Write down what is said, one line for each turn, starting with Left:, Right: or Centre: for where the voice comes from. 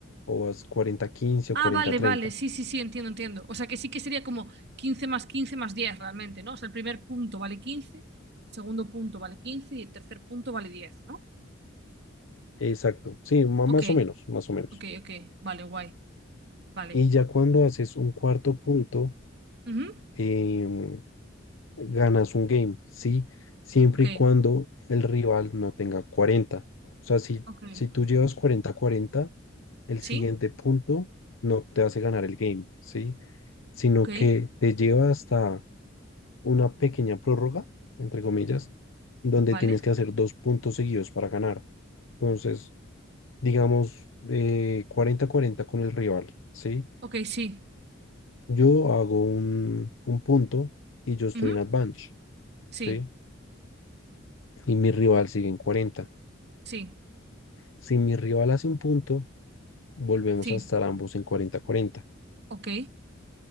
Left: o vas 40 quince
Right: Ah,
Left: o 40
Right: vale,
Left: treinta
Right: vale, sí, sí, sí, entiendo, entiendo. O sea, que sí que sería como quince más 15 más 10, realmente, ¿no? O sea, el primer punto vale 15, el segundo punto vale 15 y el tercer punto vale 10, ¿no?
Left: Exacto, sí, ma-
Right: Ok,
Left: más o menos, más o menos.
Right: ok, ok. Vale, guay. Vale.
Left: Y ya cuando haces un cuarto punto,
Right: Ujú.
Left: em, ganas un game, ¿sí? Siempre
Right: Ok,
Left: y cuando el rival no tenga cuarenta O sea, si,
Right: ok.
Left: si tú llevas 40 cuarenta el siguiente
Right: Sí,
Left: punto no te hace ganar el game, ¿sí? Sino
Right: ok,
Left: que te lleva hasta una pequeña prórroga, entre comillas, donde
Right: vale.
Left: tienes que hacer dos puntos seguidos para ganar. Entonces, digamos, eh, cuarenta 40 con el rival, ¿sí?
Right: Ok, sí.
Left: Yo hago un, un punto y yo estoy
Right: Ujú.
Left: en advantage,
Right: Sí,
Left: ¿sí? Y mi rival sigue en cuarenta
Right: sí,
Left: Si mi rival hace un punto, volvemos
Right: sí.
Left: a estar ambos en cuarenta cuarenta
Right: Ok,